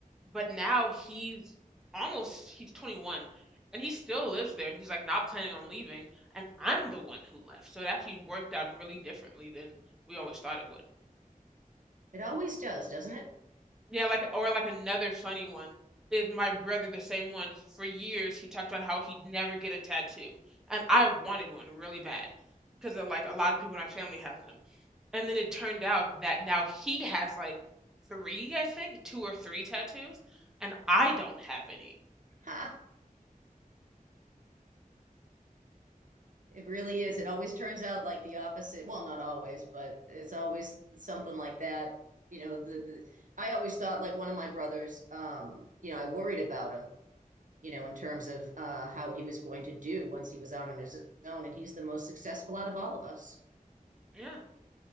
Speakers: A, in the centre; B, on the right.
A: But now he's almost he's 21 and he still lives there and he's like not planning on leaving, and I'm the one who left. So it actually worked out really differently than we always thought it would.
B: it always does, doesn't it?
A: Yeah, like or like another funny one is my brother, the same one. For years, he talked about how he'd never get a tattoo, and I wanted one really bad because like a lot of people in our family have them. And then it turned out that now he has like three, I think, two or three tattoos, and I don't have any.
B: Ha. It really is. It always turns out like the opposite. Well, not always, but it's always something like that. You know, the, the I always thought like one of my brothers, um, you know, I worried about him, you know, in terms of uh, how he was going to do once he was out on his own, and he's the most successful out of all of us.
A: Yeah,